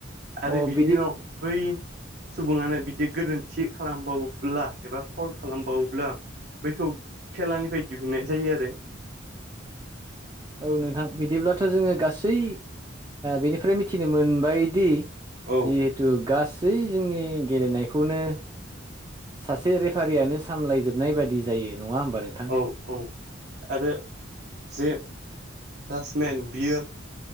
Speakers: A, on the right; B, on the right.
A: आरो
B: अ
A: बिनि
B: बिदि
A: उनाव बै सुबुङानो बिदि गोरोन्थि खालामबावोब्ला एबा फावल खालामबावोब्ला बैखौ खेलानिफ्राय दिहुननाय जायो आरो।
B: औ नोंथां बिदिब्लाथ' जोङो गासै बेनिफ्राय मिथिनो मोनबायदि
A: औ
B: जिहेथु गासै जोंनि गेलेनायखौनो सासे रेफारियानो सामलायजोबनाय बादि जायो। नङा होमबा नोंथां।
A: औ औ आरो जे जासमेन बियो